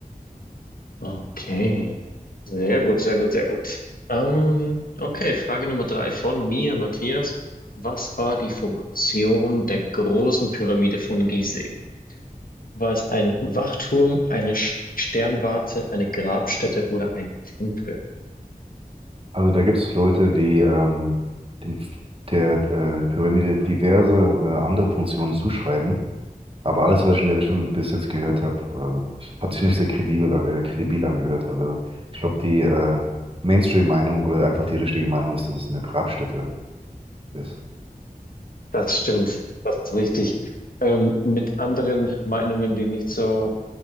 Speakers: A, on the left (about 70°); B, on the right (about 35°).
A: Okay. Sehr gut, sehr gut, sehr gut. Ähm, okay, Frage Nummer drei von mir, Matthias. Was war die Funktion der großen Pyramide von Gizeh? War es ein Wachturm, eine Sch- Sternwarte, eine Grabstätte oder ein Tempel?
B: Also da gibt es Leute, die ähm, den, der äh, Pyramide diverse äh, andere Funktionen zuschreiben. Aber alles, was ich in der Richtung bis jetzt gehört habe, äh, hat sich nicht sehr kredibel, äh, kredibil angehört. Also ich glaube, die äh, Mainstream-Meinung oder einfach die richtige Meinung ist, dass es eine Grabstätte ist.
A: Das stimmt, das ist richtig. Ähm, mit anderen Meinungen, die nicht so